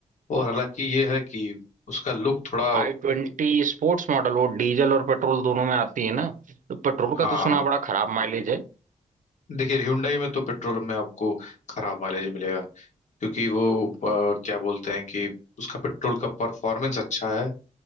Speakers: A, on the left; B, on the right.
A: और हालांकि ये है कि उसका लुक थोड़ा
B: आई ट्वेंटी स्पोर्ट्स मॉडल वो डीजल और पेट्रोल दोनों में आती है ना तो पेट्रोल
A: हाँ
B: का तो सुना बड़ा खराब माइलेज है
A: देखिए Hyundai में तो पेट्रोल में आपको खराब माइलेज मिलेगा क्योंकि वो अ, क्या बोलते हैं कि उसका पेट्रोल का परफॉर्मेंस अच्छा है